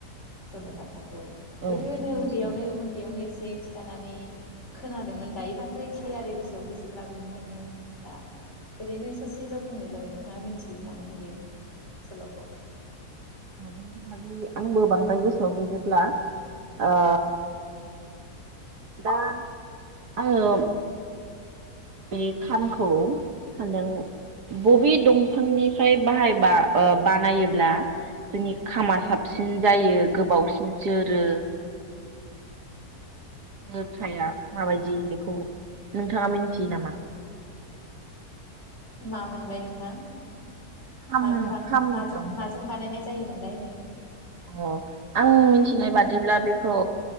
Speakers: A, on the right (about 75°); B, on the left (about 45°).
A: औ
B: सल'बाथाखौ
A: औ
B: गोदोनो
A: खामनाय
B: उन्दैयावनो
A: सल'बा
B: उन्दैयावनो एसे खिथानानै खोनादोंमोन दायो बांद्राय क्लियारि गोसोआव गैजोबला बेनिखायनो दा ओरैनो ससेल' बुंनाय जाबाय नोंथाङा मिथियो नामा बियो सल'खौ
A: बेनि बागै आंबो बांद्राय गोसोआव गैजोबला
B: औ
A: ओ दा आङो बे खामखौ हेलौ बबे दंफांनिफ्राय बाहायबा ओ बानायोब्ला जोंनि खामा साबसिन जायो गोबावसिन जोरो। जोरथाया माबायदि बेखौ नोंथाङा मिथियो नामा?
B: मा मोनलाय नोंथां?
A: खाम
B: माजों बा
A: खाम
B: माजों
A: दंफां
B: माजों बानायनाय जायोमोनलाय ओरैनो?
A: अ आं मिथिनाय बादिब्ला बेखौ